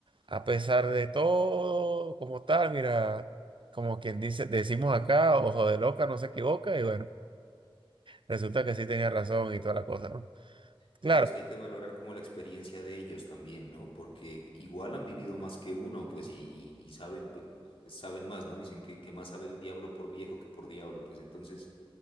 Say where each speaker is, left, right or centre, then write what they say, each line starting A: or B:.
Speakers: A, on the right; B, on the left.
A: A pesar de todo, como tal, mira, como quien dice, decimos acá, ojo de loca, no se equivoca, y bueno, resulta que sí tenía razón y toda la cosa, ¿no?
B: Claro,
A: Claro,
B: es que hay que valorar como la experiencia de ellos también, ¿no? Porque igual han vivido más que uno, pues, y, y- y saben, pues, pues, saben más, ¿no? Dicen que, que más sabe el diablo por viejo que por diablo, pues entonces,